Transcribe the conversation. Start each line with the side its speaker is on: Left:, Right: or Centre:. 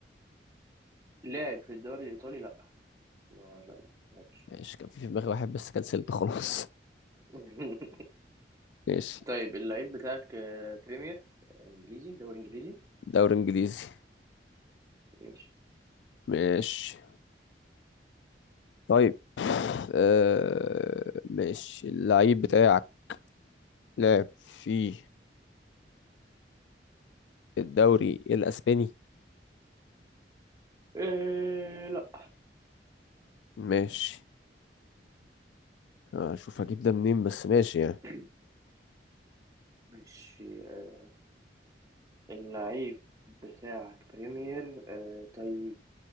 Right: لاعب في الدوري الايطالي لا ما لا لعبش
Left: ماشي كان في في دماغي واحد بس كنسلت خلاص
Right: <laughs>
Left: ماشي
Right: طيب اللعيب بتاعك آه، بريمير آه، انجليزي دوري انجليزي
Left: دوري انجليزي
Right: ماشي
Left: ماشي طيب آه ماشي اللعيب بتاعك لعب في الدوري الأسباني
Right: أه لا
Left: ماشي أشوف هجيب ده منين بس ماشي يعني
Right: <clears throat> ماشي آه، اللعيب بتاعك بريمير أه طيب